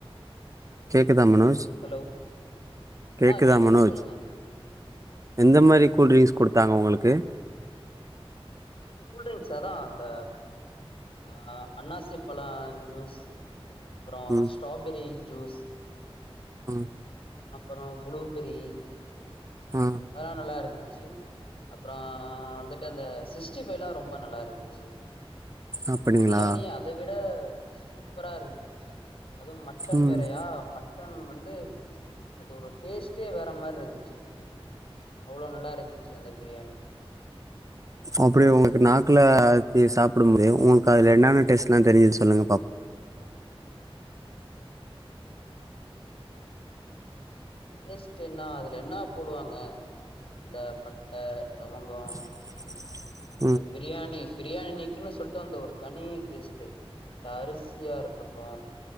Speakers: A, on the right; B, on the left.
A: கேக்குதா மனோஜ்
B: ஹலோ
A: கேக்குதா
B: ஆ கேக்குது
A: மனோஜ்
B: சொல்லுங்க
A: எந்த மாரி கூல்ட்ரிங்ஸ் குடுத்தாங்க உங்களுக்கு
B: கூல்டிரிங்ஸ் அதா அந்த ஆ அன்னாசி பல ஜூஸ் அப்றோ
A: ம்
B: ஸ்ட்ராபெரி ஜூஸ்
A: ம்
B: ம் அப்பறோ ப்ளூபெரி
A: ஆ
B: அதெல்லா நல்லா இருந்துச்சி அப்றோ வந்துட்டு அந்த சிக்ஸ்டி ஃபைவலா ரொம்ப நல்லா இருந்துச்சு
A: அப்படிங்களா
B: பிரியாணி அத விட சூப்பரா இருந்துச்சு அதுவு மட் ட்டன்
A: ம்
B: வேறையா மட்டன் வந்து அது ஒரு டேஸ்ட்டே வேற மாரி இருந்துச் அவ்வுளோ நல்லா இருந்துச்சு அந்த பிரியாணி
A: அப்டி உங்களுக்கு நாக்குல இத சாப்டும் போதே உங்குளுக்கு அதுல என்னென்ன டேஸ்ட்ல தெரிஞ்சு சொல்லுங்க பாப்
B: டேஸ்ட்டு என்ன அதுல என்ன போடுவாங்க அந்த பட்ட லவங்கோ
A: <unintelligible>
B: த பிரியாணி பிரியாணிக்குன்னு சொல்ட்டு அந்த ஒரு தனி டேஸ்ட்டு அந்த அருசியா இருக்கட்டு